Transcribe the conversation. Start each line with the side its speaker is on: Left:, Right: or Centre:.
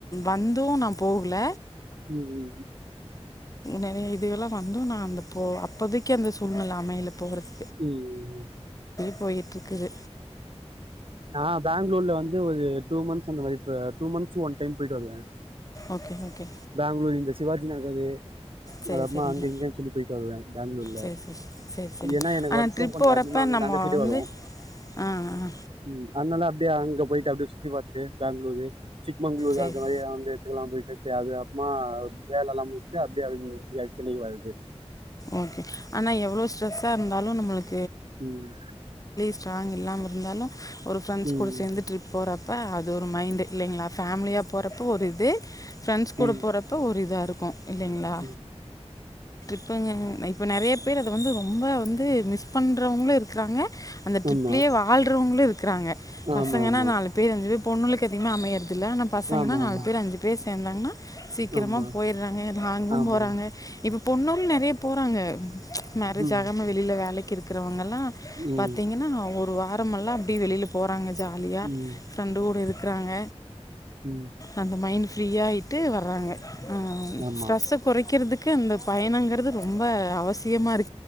Left: வந்து நா போகல
Right: உம் உம்
Left: நெறைய இதுகல்லா வந்து நா அங்க போ அப்போதைக்கு அந்த சூழ்நெல அமையல போகறதுக்
Right: உம்ம்ம்
Left: போய்ட்ருக்குது
Right: நா பெங்களூர்ல வந்து ஒரு டூ மந்த்ஸ் அந்த மாரி ஆ டூ மந்த்ஸ் ஒன் டைம் போயிட்டு வருவே
Left: ஓகே ஓகே
Right: பெங்க்ளூர் இந்த சிவாஜி நகரு
Left: சரி
Right: அதுக்கு அப்மா
Left: சரிங்க
Right: அங்க இங்க சொல்லி போயிட்டு வருவே பெங்க்ளூர்ல
Left: சரி சரி சரி சரிங்க
Right: ஏன்னா எனக்கு
Left: ஆனா
Right: வர்க்கு
Left: ட்ரிப்
Right: கொஞ்ச
Left: போறப்ப
Right: அதிகமா
Left: நம்ம
Right: அந்த சைடு
Left: வந்து
Right: வரு
Left: ஆ ஆ
Right: ம் அதுனால அப்டியே அங்க போய்ட்டு அப்டியே சுத்தி பாத்துட்டு பேங்க்ளூரு சிக்மங்குளூர்
Left: சரி
Right: அந்த மாரி அந்து எடத்துக்குலா போயிட்டு சே அது அப்பமா ஒ வேல எல்லா முடிச்ட்டு அப்டியே <unintelligible> சென்னைக்கு வர்றது
Left: ஓகே ஆனா எவ்ளோ ஸ்டரெஸ்ஸா இருந்தாலு நம்மளுக்
Right: ம்
Left: ஸ்ட்ராங் இல்லாம இருந்தாலு ஒரு ஃப்ரண்ட்ஸ்
Right: ம்
Left: கூட சேந்து ட்ரிப் போறப் ப அது ஒரு மைண்ட் இல்லைங்களா ஃபேமிலியா போகறப்பொ ஒரு இது ஃப்ரெண்ட்ஸ் கூட
Right: ம்
Left: போறப்பொ ஒரு இதா க்கு இல்லைங்களா
Right: ம்
Left: இப்போ இங்க க இப்போ நெறைய பேர் அத வந்து ரொம்ப வந்து மிஸ் பண்ணுறவங்களு இருக்குறாங்க அந்த ட்ரிப்லேயே
Right: ஆமா
Left: வாழ்றவங்களு இருக்குறாங்க
Right: ஆமா
Left: பசங்கன்னா
Right: ஆமா
Left: நாலு பேர் அஞ்சு பேர் பொண்ணுகளுக்கு அதே மா அமையற் இதுல ஆனா பசங்கன்னா
Right: ஆமா
Left: நாலு
Right: ஆமா
Left: பேர் அஞ்சு பேர் சேந்தாங்கன்னா சீக்கிரமா
Right: ஆமா
Left: போயிடுறாங்க லாங்கு
Right: ஆமா
Left: போறாங்க இப்ப பொண்னுங்களு நெறைய போறாங்க மேரேஜ்
Right: ம்
Left: ஆகாம வெளியில வேலைக்கு இருக்கிறவங்கல்லா
Right: ம்
Left: பாத்தீங்கன்னா ஒ ரு வாரமெல்லா அப்டியே வெளியில போறாங்க ஜாலியா
Right: ம்
Left: ஃப்ரெண்டு கூட இருக்குறாங்க
Right: ம்
Left: அந்த மைண்ட் ஃபிரீயாயிட்டு வர்றாங்க ஆ
Right: ஆமா
Left: ஸ்ட்ரெஸ்ஸ கெறைக்கிறதுக்கு அந்த பயணங்குறது ரொம்ப அவசியமா இரு